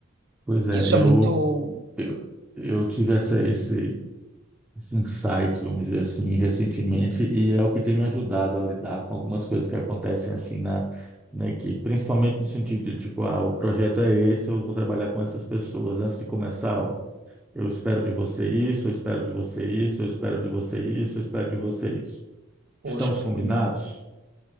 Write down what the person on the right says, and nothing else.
isso
é muito
Poxa,
eu fico.
mu-